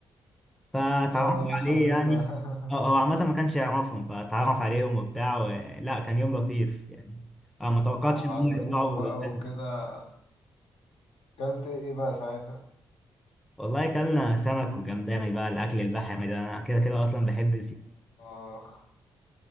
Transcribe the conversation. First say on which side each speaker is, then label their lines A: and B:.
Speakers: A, in the centre; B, on the left.
A: فتعرفوا
B: لا لا
A: عليه
B: مش حاسسها
A: يعني هو هو عامه ما كانش يعرفهم فتعرف عليهم وبتاع و... لا كان يوم لطيف يعني أنا ما توقعتش
B: <laughs> وعزموكوا
A: ان هم يطلعوا
B: بقى
A: لزاز.
B: وكده كلت ايه بقى ساعتها
A: والله كلنا سمك وجمبري بقى الاكل البحري ده انا كده كده اصلا بحب السي
B: اخ